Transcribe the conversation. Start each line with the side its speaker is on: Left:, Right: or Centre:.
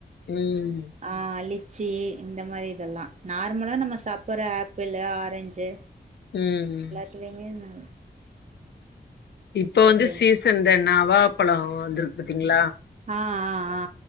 Left: ம்
Right: அ லிச்சி இந்த மாரி இதல்லா நார்மலா நம்ம சாப்பற ஆப்பிளு ஆரஞ்சு
Left: ம் ம்
Right: பிள்ளைங்கன்னா
Left: இப்போ வந்து
Right: இது
Left: சீசன் இந்த நவா பழோ வந்துருக் பாத்தீங்ளா
Right: ஆ ஆ ஆ